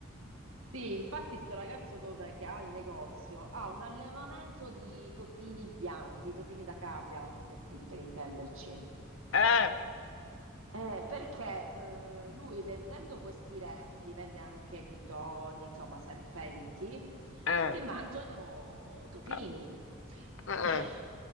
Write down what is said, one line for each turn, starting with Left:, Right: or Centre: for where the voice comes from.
Right: Sì, infatti sto ragazzo dove, che ha il negozio ha un allevamento di topini bianchi, topini da cavia, per, di- per intenderci.
Left: Eh,
Right: Eh, perché eh, lui vendendo questi rettili, vende anche pitoni, insomma serpenti,
Left: eh,
Right: che mangiano topini.
Left: eh, eh. eh.
Right: <laughs>